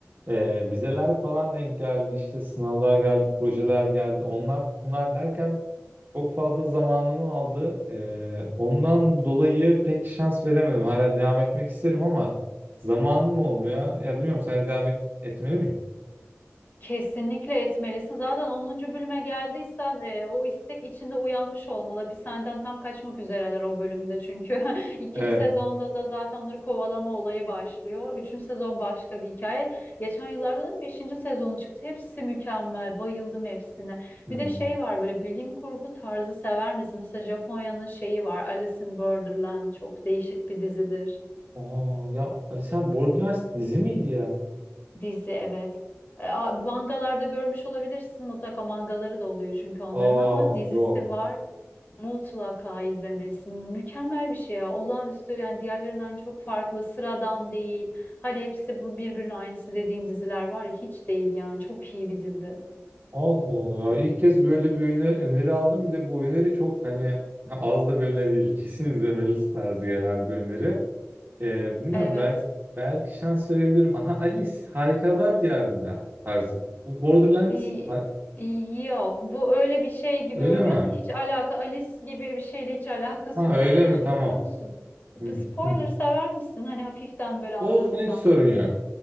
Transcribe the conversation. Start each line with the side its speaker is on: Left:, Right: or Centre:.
Right: e, vizeler falan denk geldi. İşte sınavlar geldi, projeler geldi. Onlar bunlar derken Çok fazla zamanımı aldı. Ee, ondan dolayı pek şans veremedim. Hala devam etmek isterim ama zamanım olmuyor. Ya bilmiyorum sen devam et- etmeli miyim?
Left: Kesinlikle etmelisin. Zaten onuncu bölüme geldiysen e, o istek içinde uyanmış olmalı. Hapishaneden tam kaçmak üzereler o bölümde çünkü. <laughs> İkinci
Right: Evet.
Left: sezonda da zaten onları kovalama olayı başlıyor. Üçüncü sezon başka bir hikaye. Geçen yıllarda da beşinci sezonu çıktı. Hepsi mükemmel. Bayıldım hepsine.
Right: Hmm.
Left: Bir de şey var böyle bilim kurgu tarzı sever misin? Mesela Japonya'nın şeyi var. Alice in Borderland çok değişik bir dizidir.
Right: Aa, ya Ali sen Borderlands dizi miydi ya?
Left: Dizi evet. E, a- mangalarda görmüş olabilirsin. Mutlaka mangaları da oluyor çünkü onların
Right: Aa
Left: ama dizisi
Right: yok.
Left: var. Mutlaka izlemesin. Mükemmel bir şey ya. Olağanüstü yani diğerlerinden çok farklı. Sıradan değil. Hani hepsi bu birbirinin aynısı dediğin diziler var ya hiç değil yani. Çok iyi bir dizi.
Right: Allah Allah. İlk kez böyle bir öne- öneri aldım. Bir de bu öneri çok hani az da bir öneri değil. Kesin izlemelisin tarzı gelen bir öneri. Ee, bilmiyorum
Left: Evet.
Right: belki belki şans verebilirim. Aha Alice Harikalar Diyarında tarzı. Bu Borderland
Left: İyi-
Right: ha-
Left: iyi- Yok bu öyle bir şey gibi
Right: öyle
Left: görünüyor
Right: mi?
Left: da hiç alaka Alice gibi bir şeyle hiç alakası
Right: Ha
Left: yok. Nasıl
Right: öyle
Left: bir
Right: mi?
Left: şey
Right: Tamam.
Left: biliyor musun?
Right: Hı,
Left: Spoiler
Right: hı.
Left: sever misin? Hani hafiften böyle anlatsam.
Right: Olsun hiç sorun yok.